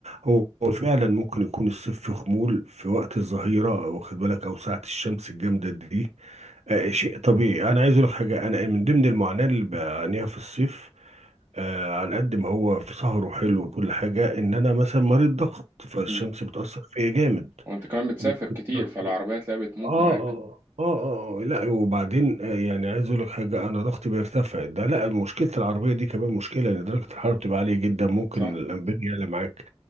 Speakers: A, on the right (about 85°); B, on the right (about 25°).
A: هو هو فعلا ممكن يكون الصيف في خمول في وقت الظهيره واخد بالك او ساعه الشمس الجامده دي آه، شيء طبيعي انا عايز اقول لك حاجه انا من ضمن المعاناه اللي بعانيها في الصيف آه على قد ما هو في سهر وحلو وكل حاجه ان انا مثلا مريض ضغط فالشمس
B: مم.
A: بتاثر فيا جامد
B: وأنت كمان بتسافر
A: ممكن
B: كتير
A: ضغط-
B: فالعربية تلاقيها بتموت
A: اه
B: معاك
A: اه اه اه لا وبعدين آه يعني عايز اقول لك حاجه انا ضغطي بيرتفع ده لا مشكله العربيه دي كمان مشكله لان درجه الحراره بتبقى عاليه جدا ممكن
B: صح؟
A: الانبياء يعلى معاك